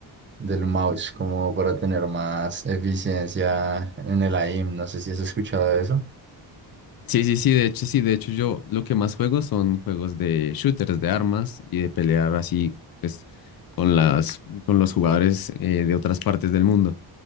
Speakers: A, on the right; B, on the left.
A: del mouse, como para tener más eficiencia en el aim. No sé si has escuchado de eso.
B: Sí, sí, sí, de hecho, sí, de hecho yo lo que más juego son juegos de shooters, de armas y de pelear así, pues, con las, con los jugadores eh, de otras partes del mundo.